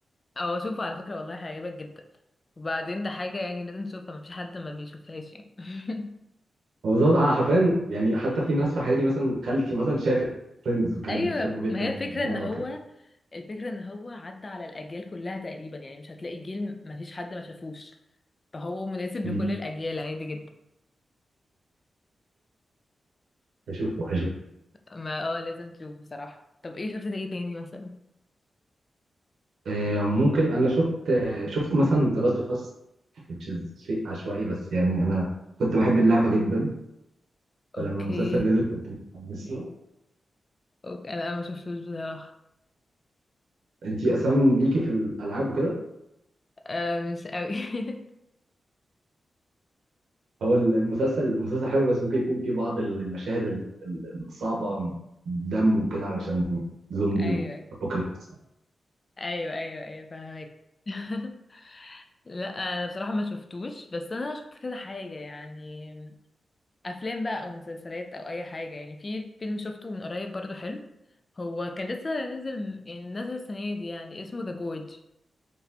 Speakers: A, on the left; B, on the right.
A: او اشوفه على فكرة والله هيعجبك جدا وبعدين ده حاجة يعني لازم تشوفها مفيش حد ما بيشوفهاش يعني <laughs>
B: هو بالظبط انا حرفيا يعني حتى في ناس في حياتي مثلا خالتي مثلا شافت فريندز وكانت
A: ايوه
B: بتحبه جدا
A: ما هي
B: وهي
A: الفكرة
B: صغيره
A: ان هو
B: وكده
A: الفكرة ان هو عدى على الاجيال كلها تقريبا يعني مش هتلاقي جيل مفيش حد ما شافوش فهو مناسب
B: مم.
A: لكل الاجيال عادي جدا
B: هشوفه هشوفه
A: ما اه لازم تشوفه بصراحة طب ايه شفت ايه تاني مثلا
B: آه ممكن انا شفت آه شفت مثلا ذا لاست اوف اس شيء عشوائي بس يعني انا كنت بحب اللعبه جدا
A: اوكي
B: فلما المسلسل نزل كنت متحمس له
A: اوكي انا أنا ما شفتوش بصراحة
B: انت اصلا ليكي في الالعاب وكده
A: آه مش قوي <laughs>
B: هو المسلسل المسلسل حلو بس ممكن يكون فيه بعض المشاهد ال- ال- الصعبه دم وكده علشان زومبي
A: ايوه
B: وابوكاليبس
A: ايوه ايوه ايوه فاهمك <laughs> لا انا بصراحة ما شفتوش بس انا شفت كذا حاجة يعني افلام بقى او مسلسلات او اي حاجة يعني في فيلم شفته من قريب برضو حلو هو كان لسه نازل يعني نازل السنة دي يعني اسمه ذا جورج